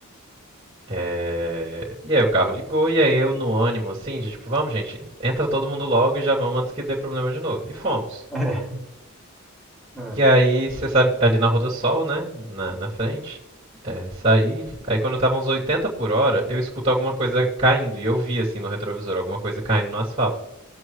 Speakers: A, on the right; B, in the centre.
A: É, E aí o carro ligou e aí eu no ânimo, assim, de tipo, vamos gente, entra todo mundo logo e já vamos antes que dê problema de novo. E fomos.
B: É. <laughs> É.
A: E aí, você sabe, ali na Rodossol, né? Na, na frente. É, saí. Aí quando eu tava uns 80 por hora, eu escuto alguma coisa caindo. E eu vi, assim, no retrovisor, alguma coisa caindo no asfalto.